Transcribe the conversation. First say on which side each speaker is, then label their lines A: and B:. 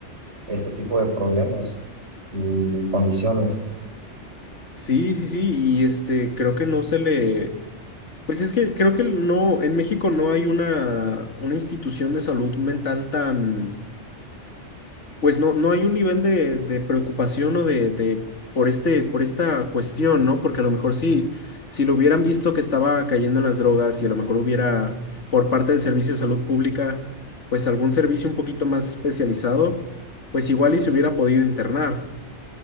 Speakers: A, on the right; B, on the left.
A: Este tipo de problemas y condiciones.
B: Sí, sí, sí, y este, creo que no se le, pues es que creo que no, en México no hay una, una institución de salud mental tan, pues no, no hay un nivel de, de preocupación o de, de, por este, por esta cuestión, ¿no? Porque a lo mejor sí, si lo hubieran visto que estaba cayendo en las drogas y a lo mejor hubiera, por parte del Servicio de Salud Pública, pues algún servicio un poquito más especializado, pues igual y se hubiera podido internar